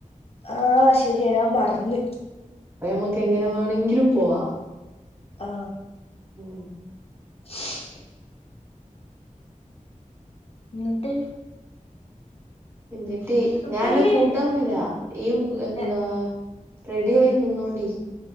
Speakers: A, on the left; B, on the right.
A: ആ ശരിയ ഞാൻ മർന്ന്
B: അപ്പൊമ്മക്ക് എങ്ങനെ വേണങ്കിലും പോവാ
A: ആ
B: മ്
A: <inaudible> ന്നിട്ട്
B: എന്നിട്ട്
A: ഇതിപ്പയ്യ്
B: ഞാ അന്നെ കൂട്ടാൻ വരാ ഇയ് എന്താ
A: എ
B: റെഡി ആയി നിന്നോണ്ടി